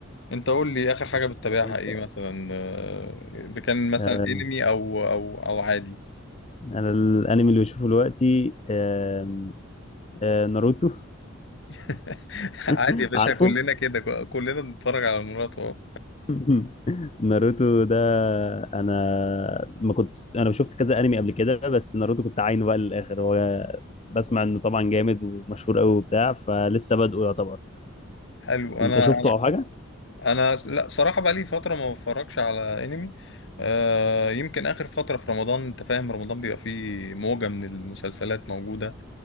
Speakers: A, on the left; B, on the left.
A: انت قول لي اخر حاجة بتتابعها
B: يا باشا
A: ايه مثلا آه، اذا كان مثلا
B: آه،
A: انمي او او او عادي
B: انا الانمي اللي بشوفه دلوقتي آه، آه، ناروتو
A: <laughs> عادي
B: <laughs>
A: يا باشا
B: عارفه
A: كلنا كده ك- كلنا بنتفرج على مرات اهو
B: <laughs> ناروتو ده انا ما كنت انا شفت كذا انمي قبل كده بس ناروتو كنت عاينه بقى للاخر هو بسمع انه طبعا جامد ومشهور قوي وبتاع فلسه بادئه يعتبر
A: حلو انا
B: انت شفته او حاجه
A: انا أنا- س- لا صراحة بقى لي فترة ما بتفرجش على انمي آه يمكن اخر فترة في رمضان انت فاهم رمضان بيبقى فيه موجة من المسلسلات موجودة